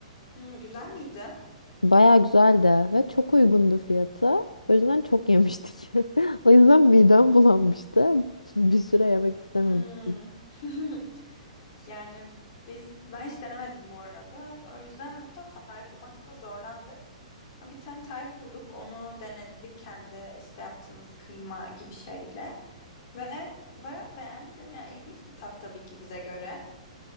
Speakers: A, on the left; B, on the left.
A: Hmm, güzel miydi?
B: Baya güzeldi ve çok uygundu fiyatı. O yüzden çok yemiştik. <laughs> O yüzden midem bulanmıştı. <laughs> Bir süre yemek istememiştim.
A: Hmm. <laughs> Yani biz ben hiç denemedim bu arada. O yüzden hatta tarif bulmakta da zorlandık. Ama Bir tane tarif bulduk. Onu denedik kendi işte yaptığımız kıyma gibi şeyle. Ve bayağı beğendim. Ya ilginç bir tat tabii ki bize göre.